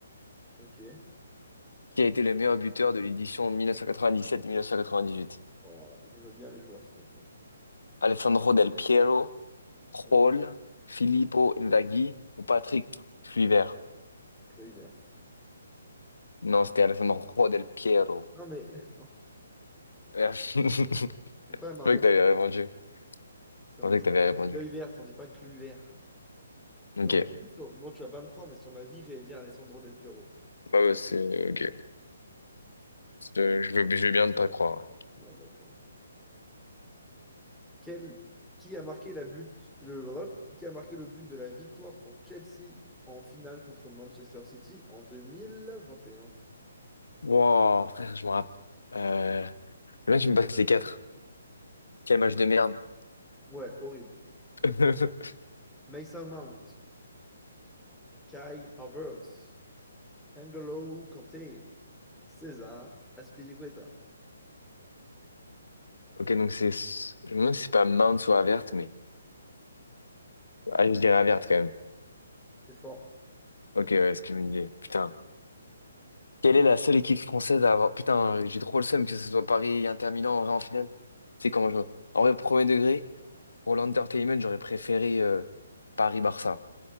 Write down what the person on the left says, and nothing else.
Qui a été le meilleur buteur de l'édition 1997-1998?
Alessandro Del Piero, Raul,
Filippo Inzaghi ou Patrick Kluivert?
Non, c'était Alessandro Del Piero.
Merde. <laughs> Je
pensais
que t'avais répondu. Je
pensais
que t'avais répondu.
Ok.
Bah ouais, c'est ok. C'est- Je veux, je veux bien ne pas croire. ouais.
Wow, frère, je me rappelle. Euh... Le mec, il me passe les quatre. Quel match de merde.
<laughs>
Ok, donc c'est. Je me demande si c'est pas Mount ou Avert, mais. Ah, je dirais Avert quand même.
Ok, ouais, ce que je me disais. Putain. Quelle est la seule équipe française à avoir. Putain, j'ai trop le seum que ce soit Paris, Inter Milan, en vrai, en finale. C'est comment je. En vrai, premier degré, pour l'entertainment, j'aurais préféré euh, Paris-Barça.